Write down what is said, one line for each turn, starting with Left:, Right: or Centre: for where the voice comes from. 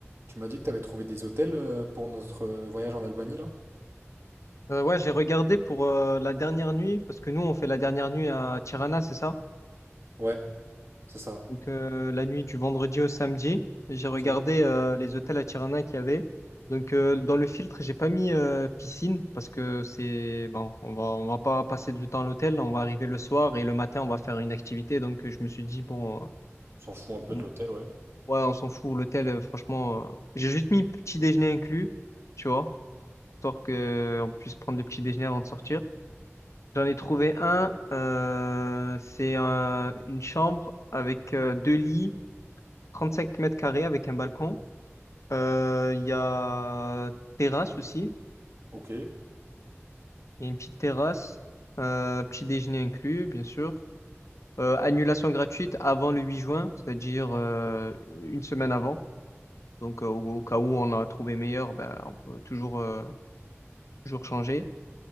Right: Tu m'as dit que t'avais trouvé des hôtels euh, pour notre euh, voyage en Albanie là?
Left: Euh, ouais, j'ai regardé pour euh, la dernière nuit, parce que nous, on fait la dernière nuit à Tirana, c'est ça?
Right: Ouais, c'est ça.
Left: Donc, euh, la nuit du vendredi au samedi, j'ai
Right: Ok.
Left: regardé
Right: On
Left: euh, les hôtels à Tirana qu'il y avait. Donc, euh, dans le filtre, j'ai pas mis euh, piscine, parce que c'est bon, on va, on va pas passer du temps à l'hôtel, on va arriver le soir et le matin, on va faire une activité. Donc, euh, je me suis dit, bon, euh,
Right: S'en fout un peu
Left: on-
Right: de l'hôtel, ouais.
Left: ouais, on s'en fout, l'hôtel, euh, franchement, euh, j'ai juste mis petit déjeuner inclus, tu vois, histoire qu'on puisse prendre le petit déjeuner avant de sortir. J'en ai trouvé un. euh, c'est euh, une chambre avec euh, deux lits, 35 mètres carrés avec un balcon. Euh, Il y a terrasse aussi.
Right: Ok.
Left: Il y a une petite terrasse. euh, petit déjeuner inclus, bien sûr. Euh, annulation gratuite avant le 8 juin, c'est-à-dire euh, une semaine avant. Donc, euh, au, au cas où on a trouvé meilleur, ben, on peut toujours, euh, toujours changer.